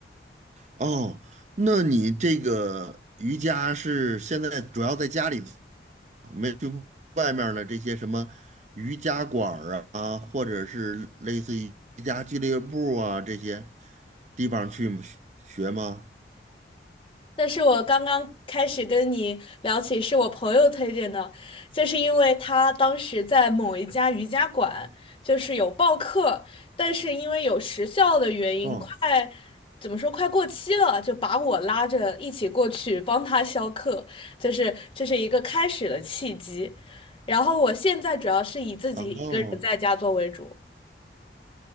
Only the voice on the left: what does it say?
这是我刚刚开始跟你聊起，是我朋友推荐的，就是因为他当时在某一家瑜伽馆，就是有报课，但是因为有时效的原因，
快，怎么说，快过期了，就把我拉着一起过去帮他销课，就是这是一个开始的契机。然后我现在主要是以自己一个人在家做为主。